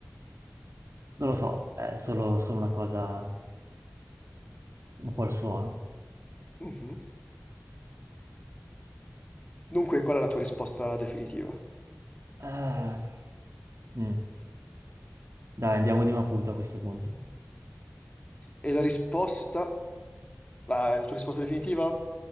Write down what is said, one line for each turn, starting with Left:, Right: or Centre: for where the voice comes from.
Right: Non lo so, è solo, solo una cosa, un po' il suono.
Left: Mhm. Dunque, qual è la tua risposta definitiva?
Right: Eh, mm. Dai, andiamo di Maputo a questo punto.
Left: E la risposta... Ah, è la tua risposta definitiva?